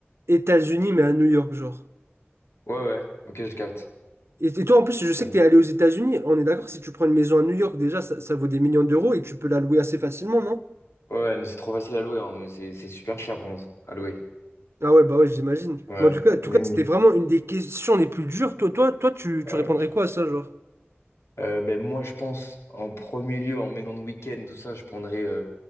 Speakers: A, on the right; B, on the left.
A: États-Unis, mais à New York, genre.
B: ouais, ouais, ok, je capte.
A: Et, et toi, en plus,
B: Je
A: je sais
B: capte.
A: que t'es allé aux États-Unis. On est d'accord, si tu prends une maison à New York, déjà, ça, ça vaut des millions d'euros et tu peux la louer assez facilement, non?
B: Ouais, ouais, mais c'est trop facile à louer, hein, mais c'est c'est super cher, bronze, à louer.
A: Ah ouais, bah ouais, j'imagine.
B: Ouais,
A: Mais en tout cas, en tout
B: Même-
A: cas, c'était vraiment une des questions les plus dures. Toi, toi, toi, tu,
B: ouais.
A: tu répondrais quoi à ça, genre?
B: Euh, ben, moi, je pense, en premier lieu, en maison de week-end, tout ça, je prendrais euh,